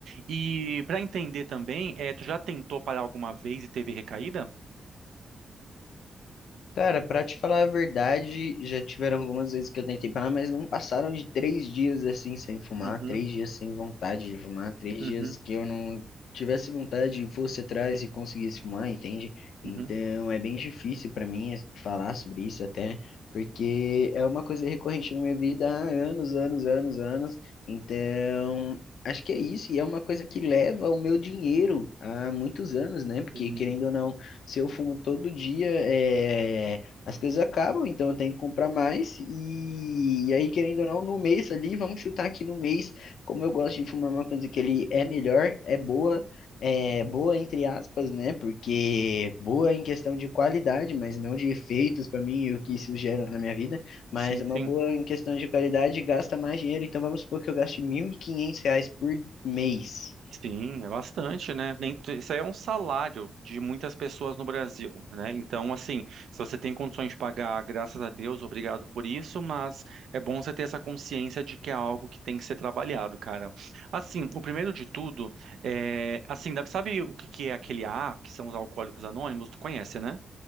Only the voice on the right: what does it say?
E para entender também, é, tu já tentou parar alguma vez e teve recaída?
Uhum,
uhum,
uhum.
Sim,
sim,
sim.
Sim, é bastante, né? Nem, tu- isso aí é um salário de muitas pessoas no Brasil, né? Então, assim, se você tem condições de pagar, graças a Deus, obrigado por isso, mas é bom você ter essa consciência de que é algo que tem que ser trabalhado, cara. Assim, o primeiro de tudo é, assim, dá- sabe o que que é aquele A, que são os alcoólicos anônimos? Tu conhece, né?